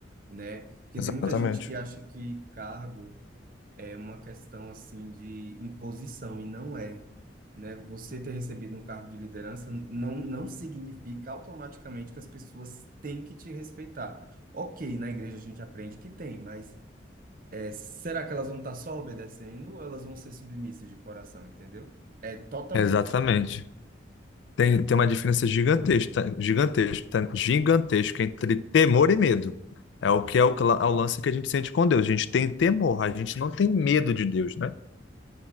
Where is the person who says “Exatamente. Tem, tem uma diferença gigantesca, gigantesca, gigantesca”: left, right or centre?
Left